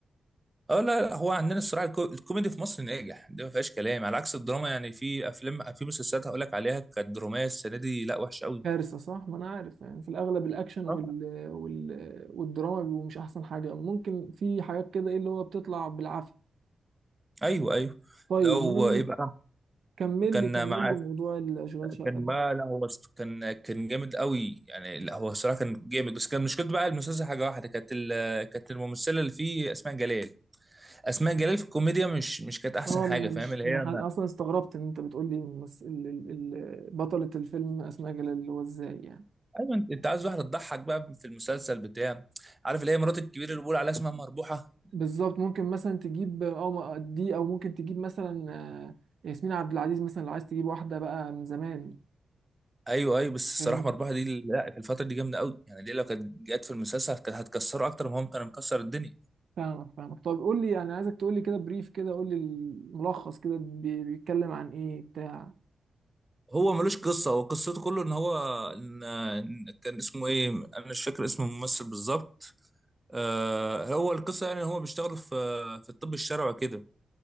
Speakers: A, on the right (about 20°); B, on the right (about 75°).
A: اه لا لا هو عندنا الصراحه الكو- الكوميدي في مصر ناجح دي ما فيهاش كلام على عكس الدراما يعني في افلام في مسلسلات هقول لك عليها كانت دراميه السنه دي لا وحشه قوي
B: كارثه صح ما انا عارف يعني في الاغلب الاكشن وال...
A: آه.
B: وال... والدراما بيبقوا مش احسن حاجه ممكن في حاجات كده ايه اللي هو بتطلع بالعافيه
A: ايوه ايوه
B: طيب
A: لو
B: المهم
A: ايه بقى
B: كمل
A: كان
B: لي كمل
A: مع
B: لي موضوع الاشغال شقه
A: كان
B: ده.
A: ما لا هو كان كان جامد قوي يعني لا هو الصراحه كان جامد بس كان مشكلته بقى المسلسل حاجه واحده كانت ال- كانت الممثله اللي فيه اسماء جلال اسماء جلال في الكوميديا مش مش كانت احسن
B: اه
A: حاجه
B: ما انا
A: فاهم
B: مش
A: اللي
B: ما
A: هي
B: ح- اصلا استغربت ان انت بتقول لي مس... ال... ال... ال... بطله الفيلم اسماء جلال اللي هو ازاي يعني
A: ايوه انت أنت عايز واحده تضحك بقى في المسلسل بتاع عارف اللي هي مرات الكبير اللي بيقول عليها اسمها مربوحه
B: بالظبط ممكن مثلا تجيب اه ما- دي او ممكن تجيب مثلا آه، ياسمين عبد العزيز مثلا لو عايز تجيب واحده بقى من زمان
A: ايوه ايوه بس الصراحه
B: فاهم
A: مربحه دي لا في الفتره دي جامده قوي يعني دي لو كانت جت في المسلسل كانت هتكسره اكتر ما هو كان مكسر الدنيا
B: فاهمك فاهمك طب قول لي يعني عايزك تقول لي كده بريف كده قول لي الملخص كده بي- بيتكلم عن ايه بتاع
A: هو ملوش قصه هو قصته كله ان هو إن إن كان اسمه ايه انا مش فاكر اسم الممثل بالظبط آه هو القصه يعني ان هو بيشتغل في في الطب الشرعي كده